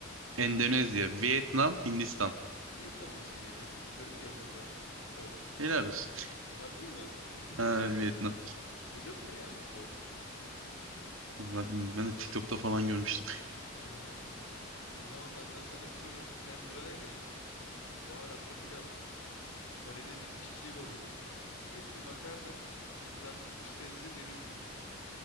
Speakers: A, on the right; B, on the left.
A: Endonezya, Vietnam, Hindistan.
B: Vietnam olsun ya. Garip geldi kulağa. Pho.
A: Helal olsun.
B: Harbi mi? <laughs>
A: Ha, Vietnam.
B: Acaba ne ya bu pho?
A: Vallahi bilmiyorum. Ben de TikTok'ta falan görmüştüm. <laughs>
B: Ha. O zaman benden sana bir soru. Tempura nedir? Baharatlı pilav. Marine edilmiş çiğ balık. Etli makarna. Kızartılmış sebze deniz ürünü.